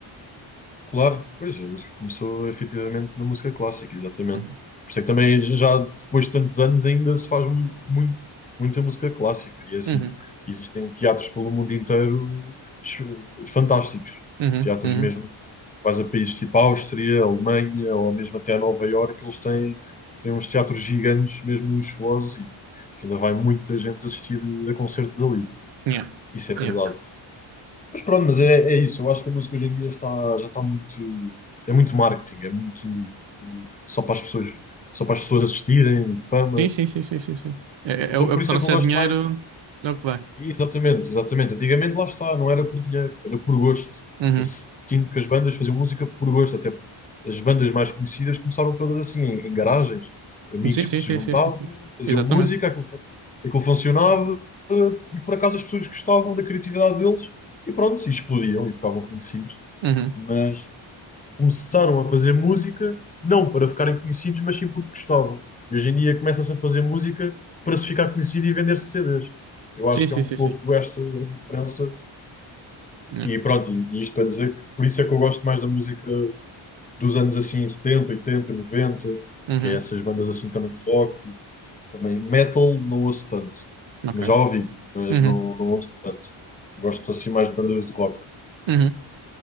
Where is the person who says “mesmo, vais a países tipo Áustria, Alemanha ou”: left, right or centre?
Left